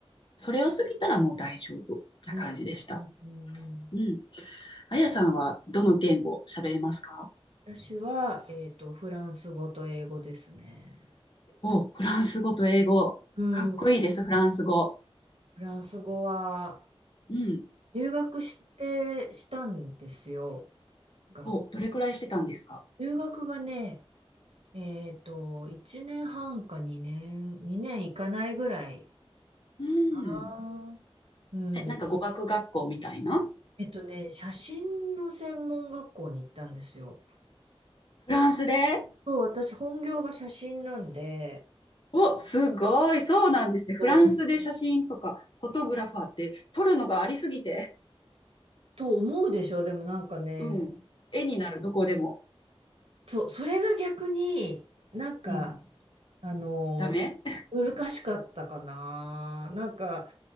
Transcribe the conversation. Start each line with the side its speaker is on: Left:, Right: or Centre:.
Left: それを過ぎたらもう大丈夫な感じでした。
Right: うんうんうんうん。
Left: うん。あやさんはどの言語喋れますか
Right: 私は、えっと、フランス語と英語ですね。
Left: お、フランス語と英語。
Right: うん。
Left: かっこいいです、フランス語。
Right: フランス語は
Left: うん。
Right: 留学してしたんですよ。が、
Left: お、どれくらいしてたんですか
Right: 留学がね、えっと、1年半か2年、2年いかないぐらい
Left: うん。
Right: かな。うん。
Left: え、なんか語学学校みたいな
Right: えっとね、写真の専門学校に行ったんですよ。
Left: フランスで
Right: そう、私本業が写真なんで、
Left: お、すごい。そうなんですね。
Right: そう
Left: フランスで写真とかフォトグラファーって撮るのがありすぎて。
Right: と思うでしょ。でもなんかね、
Left: うん。絵になる、どこでも。
Right: そう、それが逆になんか、
Left: うん。
Right: あの、
Left: ダメ
Right: 難しかったかな。なんか、